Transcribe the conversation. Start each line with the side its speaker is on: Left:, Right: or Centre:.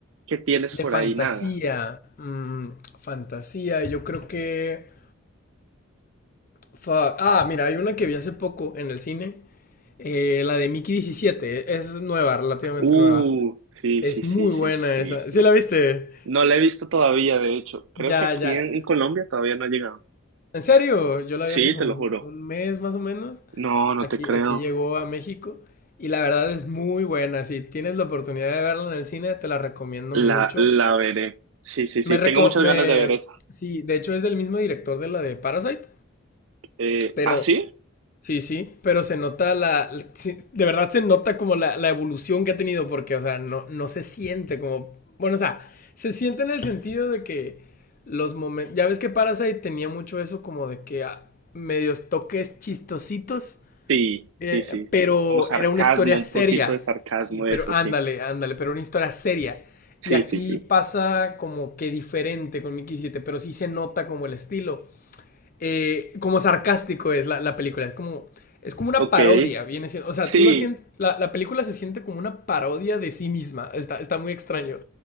Right: ¿qué tienes
Left: de
Right: por
Left: fantasía,
Right: ahí? Nada.
Left: mm, fantasía, yo creo que... Fuck. Ah, mira, hay una que vi hace poco en el cine. eh, la de Mickey diecisiete, Es nueva, relativamente
Right: Uh,
Left: nueva.
Right: sí,
Left: Es
Right: sí, sí,
Left: muy
Right: sí,
Left: buena
Right: sí,
Left: esa.
Right: sí.
Left: ¿Sí la viste?
Right: No la he visto todavía, de hecho. Creo
Left: Ya,
Right: que aquí
Left: ya.
Right: en, en Colombia todavía no ha llegado.
Left: ¿En serio? Yo la
Right: Sí,
Left: vi hace como
Right: te lo
Left: un
Right: juro.
Left: un mes más o menos.
Right: No, no
Left: Aquí,
Right: te creo.
Left: aquí llegó a México. Y la verdad es muy buena. Si tienes la oportunidad de verla en el cine, te la recomiendo
Right: La,
Left: mucho.
Right: la veré. Sí, sí, sí.
Left: Me reco-
Right: Tengo muchas
Left: me...
Right: ganas de ver esa.
Left: Sí, de hecho es del mismo director de la de Parasite.
Right: Eh,
Left: Pero
Right: ¿ah, sí?
Left: Sí, sí, pero se nota la, la- sí, de verdad se nota como la, la evolución que ha tenido, porque, o sea, no, no se siente como, bueno, o sea, se siente en el sentido de que los momentos, ya ves que Parasite tenía mucho eso como de que ah, medios toques chistositos,
Right: Sí,
Left: eh,
Right: sí, sí.
Left: pero
Right: Como sarcasmo,
Left: era una historia
Right: un
Left: seria,
Right: poquito de sarcasmo,
Left: sí, pero
Right: eso
Left: ándale,
Right: sí.
Left: ándale, pero una historia seria.
Right: Sí,
Left: Y aquí
Right: sí, sí.
Left: pasa como que diferente con Mickey 7, pero sí se nota como el estilo eh, como sarcástico es la, la, película. Es como, es como una
Right: Ok.
Left: parodia, viene siendo, o sea,
Right: Sí.
Left: tú lo sientes, la, la, película se siente como una parodia de sí misma. Está, está muy extraño,